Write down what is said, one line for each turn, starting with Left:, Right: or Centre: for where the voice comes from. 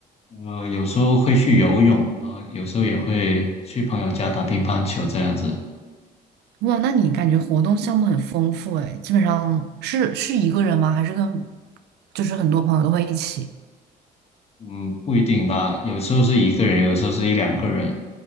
Left: 呃，有时候会去游泳，然后有时候也会去朋友家打乒乓球这样子。
Right: 哇，那你感觉活动项目很丰富哎！基本上是是一个人吗？还是跟，就是很多朋友都会一起？
Left: 嗯，不一定吧，有时候是一个人，有时候是一两个人，